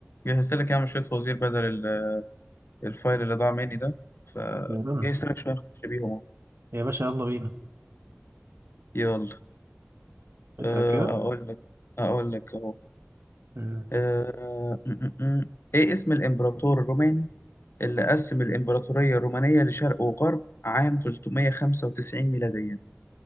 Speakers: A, on the left; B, on the right.
A: جهزت لك يا عم شوية فوازير بدل ال- الفايل اللي ضاع مني ده فجهزت
B: تمام.
A: لك شوية نخش بيهم أهو.
B: يا باشا يلا بينا
A: يلا
B: اسأل
A: آه،
B: كده
A: أقول لك أقول لك أهو
B: مم.
A: آه، م- م- م. إيه اسم الإمبراطور الروماني اللي قسم الإمبراطورية الرومانية لشرق وغرب عام 395 ميلاديا